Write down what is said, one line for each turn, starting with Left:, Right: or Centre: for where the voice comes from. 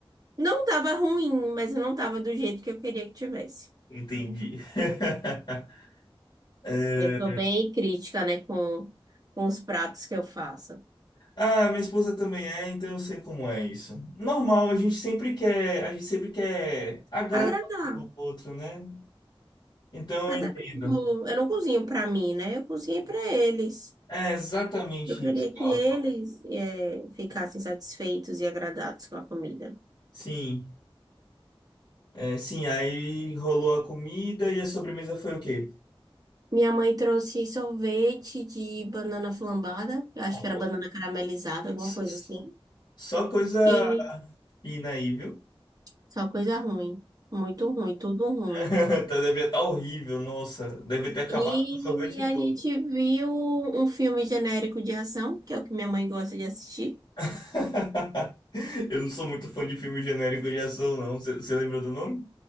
Right: Não tava ruim, mas eu não tava do jeito que eu queria que tivesse.
Left: Entendi. <laughs> É,
Right: Eu sou bem crítica, né, com, com os pratos que eu faço.
Left: Ah, minha esposa também é, então eu sei como é isso. Normal, a gente sempre quer, a gente sempre quer agradar
Right: Agradar.
Left: o outro, né? Então
Right: Até
Left: eu
Right: porque,
Left: entendo.
Right: tipo, eu não cozinho pra mim, né? Eu cozinho pra eles.
Left: É exatamente
Right: Eu queria
Left: isso que
Right: que
Left: ela
Right: eles
Left: fala.
Right: eh, ficassem satisfeitos e agradados com a comida.
Left: Sim, é, sim, aí rolou a comida e a sobremesa foi o quê?
Right: Minha mãe trouxe sorvete de banana flambada. Eu acho
Left: Ó,
Right: que era banana caramelizada, alguma
Left: s-
Right: coisa
Left: s-
Right: assim.
Left: Só coisa
Right: E
Left: fina aí, viu?
Right: só coisa ruim. Muito ruim, tudo ruim.
Left: <laughs> Tá, deve estar horrível, nossa. Deve ter acabado
Right: E
Left: com o sorvete
Right: a
Left: todo.
Right: gente viu um filme genérico de ação, que é o que minha mãe gosta de assistir.
Left: <laughs> Eu não sou muito fã de filme genérico de ação, não. Você você lembrou do nome?